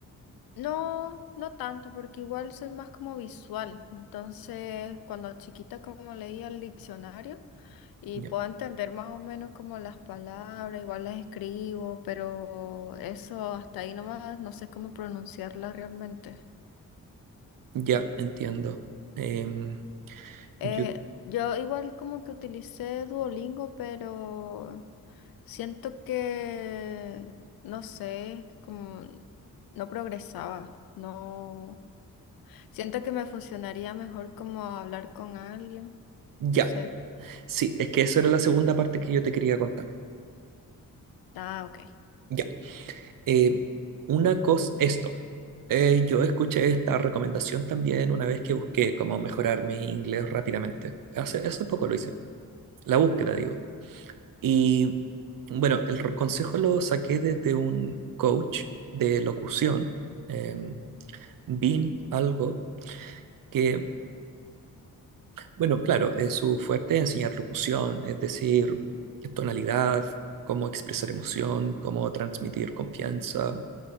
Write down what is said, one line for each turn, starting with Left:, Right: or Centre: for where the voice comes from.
Left: No, no tanto, porque igual soy más como visual. Entonces, cuando chiquita como leía el diccionario y
Right: Ya,
Left: puedo entender más o menos como las palabras, igual las escribo, pero eso hasta ahí nomás no sé cómo pronunciarlas realmente.
Right: ya, entiendo. Em,
Left: Eh,
Right: yo-
Left: yo igual como que utilicé Duolingo, pero siento que, no sé, como no progresaba, no. Siento que me funcionaría mejor como hablar con alguien.
Right: ya,
Left: No sé.
Right: sí, es que esa era la segunda parte que yo te quería contar.
Left: Ah, ok.
Right: Ya. Eh, una cosa, esto. Eh, yo escuché esta recomendación también una vez que busqué cómo mejorar mi inglés rápidamente. Hace, hace poco lo hice, la búsqueda, digo. Y bueno, el re- consejo lo saqué desde un coach de locución, em, Bean Algo, que, bueno, claro, es su fuerte es enseñar locución, es decir, qué tonalidad, cómo expresar emoción, cómo transmitir confianza,